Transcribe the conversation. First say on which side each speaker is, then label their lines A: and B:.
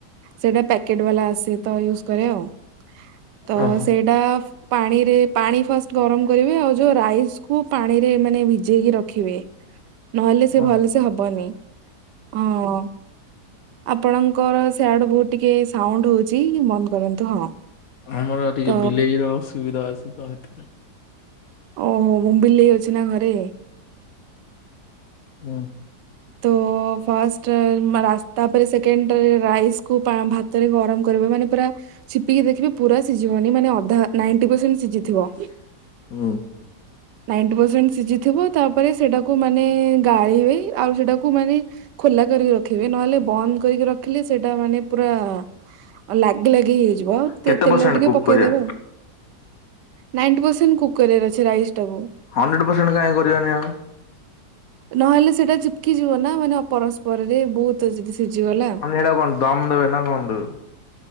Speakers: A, on the right; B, on the left.
A: ସେଟା ପ୍ୟାକେଟ ବାଲା ଆସେ। ତ ୟୁଜ କରେ ଆଉ ତ
B: ଓହୋ
A: ସେଇଟା ପାଣିରେ ପାଣି ଫାଷ୍ଟ ଗରମ କରିବେ ଆଉ ଯୋଉ ରାଇସ୍କୁୁ ପାଣିରେ ମାନେ ଭିଜେଇକି ରଖିବେ। ନହେଲେ ସେ
B: ଓହୋ।
A: ଭଲ ସେ ହବନି ହଁ। ଆପଣଙ୍କର ସେଆଡୁ ବହୁତ ଟିକେ ସାଉଣ୍ଡ ହୋଉଛି ବନ୍ଦ କରନ୍ତୁ ହଁ।
B: ଆମର ଟିକେ
A: ତ
B: ବିଲେଇର ଅସୁବିଧା ଅଛି ତ ସେଥିପାଇଁ।
A: ଓହୋ ଉଁ ବିଲେଇ ଅଛି ନା ଘରେ?
B: ହୁଁ
A: ତ ଫାଷ୍ଟ୍ ରାସ୍ତା ପରେ ସେକେଣ୍ଡରେ ରାଇସ୍ କୁ ଭାତ୍ ରେ ଗରମ କରିବ ମାନେ ପୁରା ଛିପିକି ଦେଖିବେ ପୁରା ସିଝିବନି ମାନେ ଅଧା ନାଇଣ୍ଟ ପ ସେଣ୍ଟ ସିଯିଥିବ।
B: ହୁଁ
A: ନାଇଣ୍ଟି ପର୍ସେଣ୍ଟ ଶିଯିଥିବ ତାପରେ ସେଟାକୁ କୁ ମାନେ ଗାଳିବେ ଆଉ ସେଟାକୁ ମାନେ ଖୋଲା କରିକି ରଖିବେ ନହେଲେ ବନ୍ଦ କରିକି ରଖିଲେ ସେଇଟା ମାନେ ପୁରା ଅ ଲାଗି ଲାଗି ହେଇଯିବ
B: କେତେ
A: ତେ ତେଲ
B: ପରସେଣ୍ଟ
A: ଟିକେ
B: କୁକ୍
A: ପକେଇଦେବେ
B: କରିବା
A: ଆଉ। ନାଇଣ୍ଟି ପରସେଣ୍ଟ କୁକ୍ କରିବାର ଅଛି ରାଇସଟାକୁ।
B: ହଣ୍ଡ୍ରେଡ ପରସେଣ୍ଟ କାହିଁ କରିବାନି ଆମେ?
A: ନହେଲେ ସେଇଟା ଚିପକି ଯିବ ନା ମାନେ ପରସ୍ପରରେ ବହୁତ ଯଦି ସିଝିଗଲା
B: ମାନେ ସେଇଟା କଣ ଦମ ଦେବେ ନା କଣ ଦେବେ?